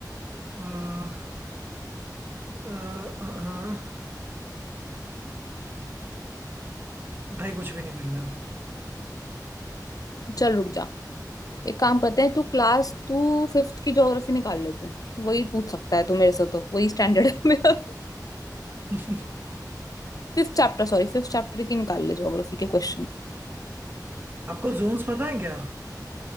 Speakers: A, on the right; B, on the left.
A: आ, आ, आ, आ, भाई कुछ भी नहीं मिल रहा
B: चल रुक जा एक काम करते हैं तू क्लास तू फिफ्थ की ज्योग्राफी निकाल ले तू वही पूछ सकता है तू मेरे से तो वही स्टैंडर्ड है मेरा
A: <laughs>
B: फिफ्थ चैप्टर सॉरी फिफ्थ चैप्टर की निकाल ले ज्योग्राफी के क्वेश्चन
A: आपको जोन्स पता है क्या